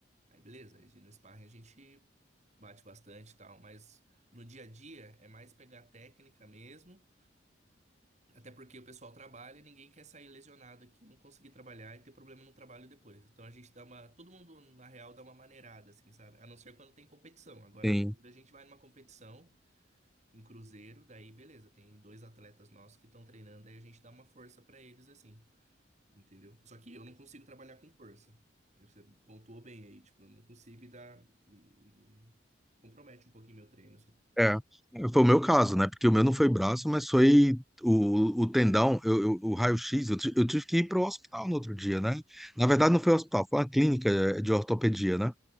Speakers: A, on the right (about 40°); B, in the centre.
A: aí beleza, aí no sparring a gente bate bastante e tal, mas no dia a dia é mais pegar técnica mesmo, até porque o pessoal trabalha e ninguém quer sair lesionado aqui, não conseguir trabalhar e ter problema no trabalho depois. Então a gente dá uma, todo mundo na real dá uma maneirada, assim, sabe? A não ser quando tem competição. Agora,
B: Sim.
A: do- a gente vai numa competição, em Cruzeiro, daí beleza, tem dois atletas nossos que estão treinando, aí a gente dá uma força pra eles assim, entendeu? Só que eu não consigo trabalhar com força. Aí Você pontuou bem aí, tipo, eu não consigo e dá e, e compromete um pouquinho meu treino assim.
B: É, foi o meu caso, né? Porque o meu não foi braço, mas foi o, o tendão, eu, eu- o raio-x. Eu, ti- eu tive que ir para o hospital no outro dia, né?
A: Uhum,
B: Na verdade, não foi o hospital, foi uma clínica eh, de ortopedia, né?